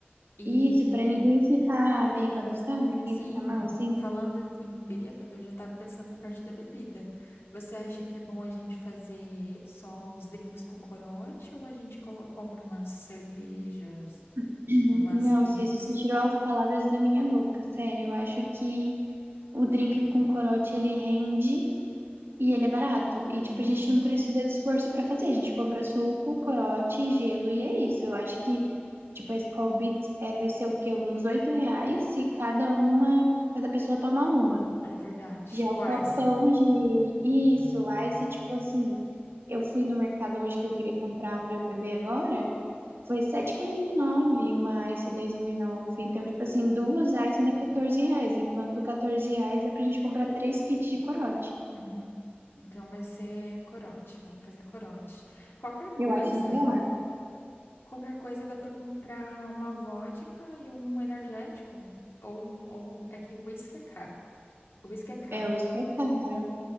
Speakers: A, on the left; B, on the right.
A: E,
B: Isso, pra ninguém ficar bêbado, sabe? Ninguém
A: sim,
B: passar mal, assim.
A: falando em bêbado, eu já tava pensando na parte da bebida. Você acha que é bom a gente fazer só os drinks com corote ou a gente colo- compra umas cervejas?
B: <clears throat>
A: umas
B: Não,
A: beats.
B: Cis, você tirou as palavras da minha boca, sério. Eu acho que o drink com corote ele rende e ele é barato. E, tipo,
A: Uhum,
B: a gente não precisa de esforço pra fazer. A gente compra suco, corote, gelo e é isso. Eu acho que, tipo, a Skol Beats é, vai ser o quê? Uns 8 reais se cada uma, cada pessoa toma uma.
A: é verdade.
B: Já
A: Tipo
B: é o copão
A: Ice.
B: de isso, aí se, tipo, assim, eu fui no mercado hoje que eu queria comprar pra eu beber agora. Foi 7,49 uma Ice 10.000 nove Então, tipo assim, duas Ice dá 14 reais, enquanto 14 reais é pra gente comprar três kits de corote.
A: Uhum. Então vai ser corote. Vamos fazer corote. Qualquer
B: Eu
A: coisa,
B: acho melhor.
A: qualquer coisa dá pra comprar uma vodka e um energético. Ou, ou é que whisky é caro. Whisky é caro.
B: É, isso é caro.